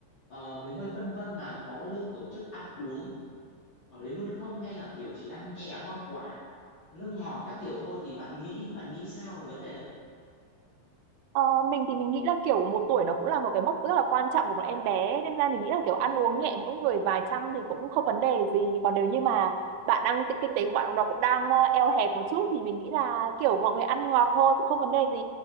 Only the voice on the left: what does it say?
ờ, mình hơi phân vân là có lên tổ chức ăn uống ở đấy luôn không hay là kiểu chỉ ăn nhẹ hoa quả nước ngọt các kiểu thôi thì bạn nghĩ bạn nghĩ sao về vấn đề đấy